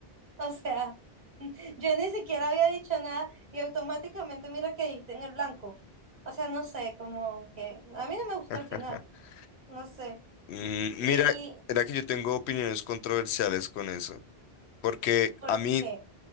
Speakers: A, on the right (about 40°); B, on the left (about 85°).
A: O sea, <laughs> yo ni siquiera había dicho nada y automáticamente mira que diste en el blanco. O sea, no sé, como que a mí no me gustó
B: <laughs>
A: el final, no sé.
B: Mm,
A: ¿Y
B: mira, era que yo tengo opiniones controversiales con eso, porque
A: por
B: a mí,
A: qué?